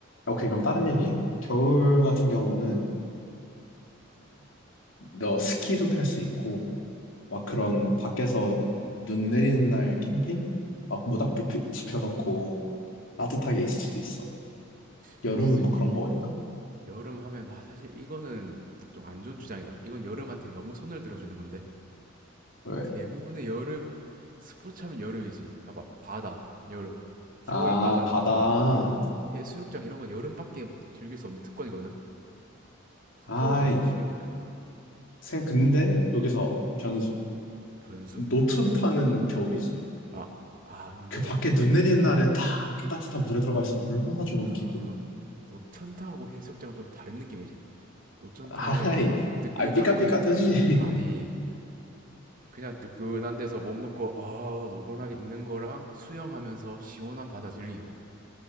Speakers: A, on the left; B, on the right.
A: 오케이,
B: 그렇,
A: 그럼 다른 얘기. 겨울 같은 경우는 너 스키도 탈 수 있고, 막 그런 밖에서 눈 내리는 날 캠핑? 막 모닥불 피- 지펴놓고 따뜻하게 있을 수도 있어. 여름은
B: 그럴 수
A: 뭐 그런 거 있나?
B: 여름 하면 아, 사실 이거는 좀 안 좋은 주장이다. 이건 여름한테 너무 손을 들어주는 건데
A: 왜?
B: 대부분의 여름 스포츠 하면 여름이지. 봐봐 바다 여름 겨울
A: 아,
B: 바다는
A: 바다.
B: 보통 안 가지. 그래 해수욕장 이런 건 여름밖에 즐길 수 없는 특권이거든.
A: 아이,
B: 겨울은 추우니까
A: 생, 근데 여기서 변수.
B: 분수?
A: 노천탕은 겨울이지.
B: 아, 아 근데
A: 그 밖에 눈 내리는 날에 딱 이렇게 따뜻한 물에 들어가 있으면 얼마나 좋은
B: 아
A: 기분이.
B: 물론 노천탕하고 해수욕장은 좀 다른 느낌이지. 노천탕은
A: 아이,
B: 뜨끈한
A: 아이, 삐까삐까뜨지.
B: 곳 아니 그냥 뜨끈한 데서 몸 놓고 어, 노곤하게 있는 거랑 수영하면서 시원한 바다 즐기고